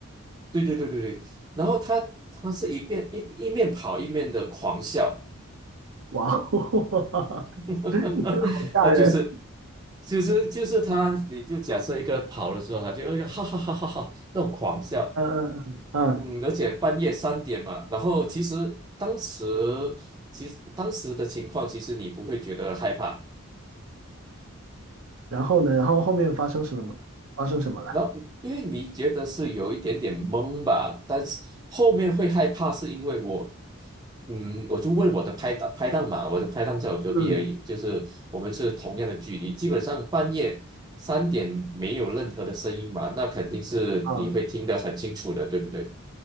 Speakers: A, on the right; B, on the right.
A: 对对对对对，然后他他是一边一一面跑一面的狂笑，
B: 哇哦，<laughs>
A: <laughs>
B: 好吓人！
A: 他就是其实就是他，你就假设一个人跑的时候，他就哎呀哈哈哈哈哈那种狂笑，
B: 嗯嗯嗯嗯。
A: 嗯，而且半夜三点嘛，然后其实当时其实当时的情况，其实你不会觉得害怕，
B: 然后呢？然后后面发生什么？发生什么了？
A: 然后因为你觉得是有一点点懵吧，但是后面会害怕，是因为我，嗯，我就问我的拍档拍档嘛，我的拍档在我隔壁而已，
B: 嗯
A: 就是我们是同样的距离，基本上半夜三点没有任何的声音嘛，那肯定是你会听得很清楚的，
B: 啊，
A: 对不对？